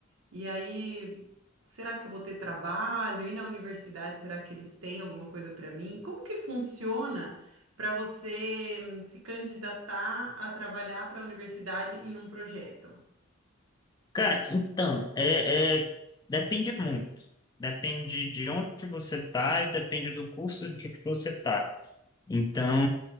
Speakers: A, on the right; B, on the left.
A: E aí, será que eu vou ter trabalho? E na universidade, será que eles têm alguma coisa para mim? Como que funciona para você hum, se candidatar a trabalhar para a universidade em um projeto?
B: Cara, então, é, é, depende muito. Depende de onde você está e depende do curso de que você está. Então,